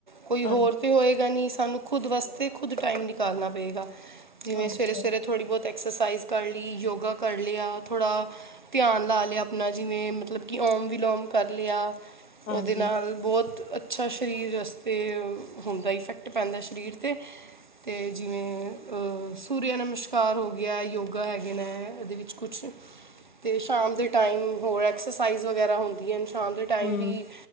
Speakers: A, on the right (about 30°); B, on the left (about 60°).
A: ਕੋਈ
B: ਹਾਂਜੀ
A: ਹੋਰ ਤਾਂ ਹੋਏ ਗਾ ਨੀ ਸਾਨੂੰ ਖੁਦ ਵਸਤੇ ਖੁਦ ਟਾਈਮ ਨਿਕਾਲਨਾ ਪਏਗਾ, ਜਿਵੇਂ
B: ਹਾਂਜੀ
A: ਸਵੇਰੇ-ਸਵੇਰੇ
B: ਹਾਂ
A: ਥੋੜੀ ਬਹੁਤ ਐਕਸਰਸਾਈਜ਼ ਕਰ ਲੀ, ਯੋਗਾ ਕਰ ਲਿਆ ਥੋੜਾ ਧਿਆਨ ਲਾ ਲਿਆ ਆਪਣਾ, ਜਿਵੇਂ ਮਤਲਬ ਕਿ ਓਮ- ਵਿਲੋਮ ਕਰ ਲਿਆ ਉਹਦੇ
B: ਹਾਂਜੀ
A: ਨਾਲ ਬਹੁਤ ਅੱਛਾ ਸਰੀਰ ਵਸਤੇ ਹੁੰਦਾ ਇਫੈਕਟ ਪੈਂਦਾ ਸਰੀਰ 'ਤੇ ਤੇ ਜਿਵੇਂ ਸੂਰਿਆ ਨਮਸਕਾਰ ਹੋ ਗਿਆ ਯੋਗਾ ਹੈਗੇ ਨੇ ਇਹਦੇ ਵਿੱਚ ਕੁਛ ਤੇ ਸ਼ਾਮ ਦੇ ਟਾਈਮ ਹੋਰ ਐਕਸਰਸਾਈਜ਼ ਵਗੈਰਾ ਹੁੰ ਹੁੰਦੀ ਹਨ ਸ਼ਾਂਮ ਦੇ ਟਾਈਮ
B: ਹੂੰ
A: ਵੀ